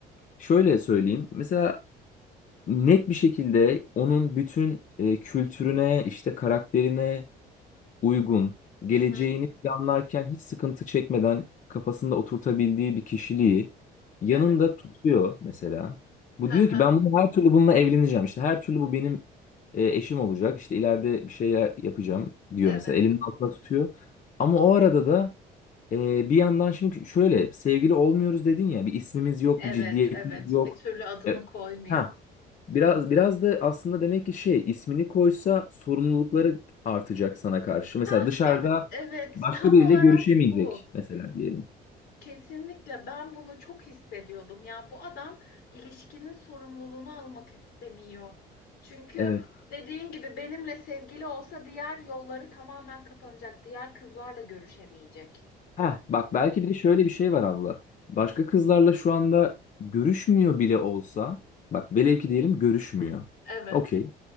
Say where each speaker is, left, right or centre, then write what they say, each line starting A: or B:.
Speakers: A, on the left; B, on the left.
A: Şöyle söyleyeyim. Mesela net bir şekilde onun bütün e, kültürüne, işte karakterine uygun, geleceğini
B: Hı hı.
A: planlarken hiç sıkıntı çekmeden kafasında oturtabildiği bir kişiliği yanında
B: Evet.
A: tutuyor mesela. Bu
B: Ha
A: diyor
B: ha.
A: ki ben bunu her türlü bununla evleneceğim. İşte her türlü bu benim e, eşim olacak. İşte ileride bir şey yapacağım diyor
B: Evet.
A: mesela. Elinin altına tutuyor. Ama o arada da ee, bir yandan şimdi şöyle sevgili olmuyoruz dedin ya bir ismimiz yok
B: Evet,
A: bir ciddiyetimiz
B: evet.
A: yok.
B: Bir türlü adını
A: E,
B: koymuyor.
A: ha biraz biraz da aslında demek ki şey ismini koysa sorumlulukları artacak sana karşı. Mesela
B: Ha
A: dışarıda
B: bak evet
A: başka
B: tam
A: biriyle
B: olarak
A: görüşemeyecek
B: bu.
A: mesela diyelim.
B: Kesinlikle ben bunu çok hissediyordum. Ya bu adam ilişkinin sorumluluğunu almak istemiyor. Çünkü
A: Evet.
B: dediğin gibi benimle sevgili olsa diğer yolları tamamen kapanacak. Diğer kızlarla görüşemeyecek.
A: Ha bak belki bir de şöyle bir şey var abla. Başka kızlarla şu anda görüşmüyor bile olsa bak velev ki diyelim görüşmüyor.
B: Evet.
A: Okey.